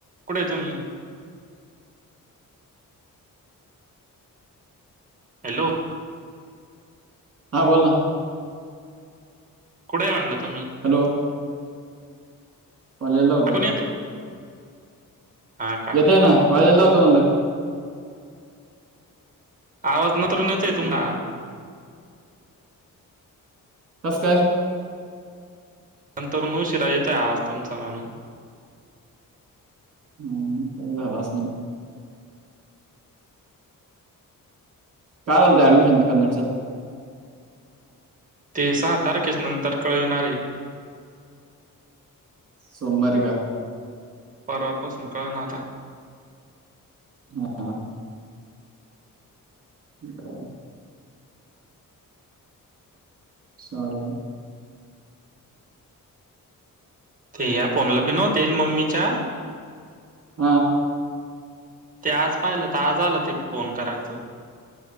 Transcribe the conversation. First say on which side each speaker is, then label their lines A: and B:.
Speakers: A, on the right; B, on the right.
A: कुठे तुम्ही? हॅलो.
B: हां बोल ना.
A: कुे म्हटलं तुम्ही?
B: हॅलो पालेला होतो.
A: ऐकून येते हा का
B: येतय ना कॉलेज ला होतं म्हणलंग.
A: आवाज न तर येतय
B: हम्म.
A: तुमडा
B: तस काय?
A: नंतर न शिराय येत आहे आ वास्तवमचा म्हणून
B: हा का झालाच म का चालत ऍडमिशन तर करण्याचं.
A: ते सहा तारखेच नंतर कळविणारे
B: सोमारी का?
A: पर वापसकाळ नाता
B: हा. ह्. सलेन
A: ते या फोनला बिनो तेल मम्मीच्या
B: हा.
A: ते आज पाहिलं तर आज आलं ते फोन करायचं.